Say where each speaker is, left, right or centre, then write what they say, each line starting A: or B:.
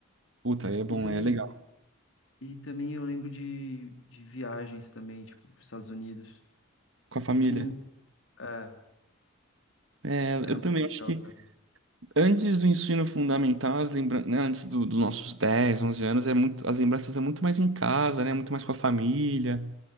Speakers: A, on the right; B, on the left.
A: Puta, aí é bom,
B: E também,
A: aí é legal.
B: e também eu lembro de, de viagens também, tipo, para Estados Unidos.
A: Com a
B: Pequenininho,
A: família.
B: é,
A: É,
B: era
A: eu
B: muito
A: também
B: legal
A: acho que
B: também.
A: Antes do ensino fundamental, as lembra... né, antes do- dos nossos 10, 11 anos, é muito... as lembranças é muito mais em casa, né? Muito mais com a família,